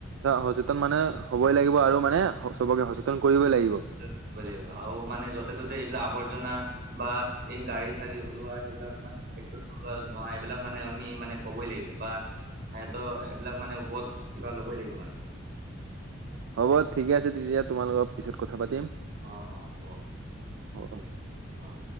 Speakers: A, on the right; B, on the right.
A: সচেতন মানে হ'বই লাগিব আৰু মানে সবকে সচেতন। কৰিবই লাগিব।
B: স কৰিব লাগিব আৰু মানে য'তে ত'তে এইবিলাক আৱৰ্জনা বা এই গাড়ী ৰি ওলোৱা সবিলাক মানে ধোৱা এইবিলাক মানে আমি মানে ক'বই লাগিব বা। স তো এইবিলাক মানে ওপৰত কিবা ল'বই লাগিব মানে।
A: হ'ব ঠিকে আছে তেতিয়া তোমালত পিছত কথা পাতিম।
B: অঁ অঁ হ'ব
A: হ'ব।
B: ঠিকে আছে অঁ।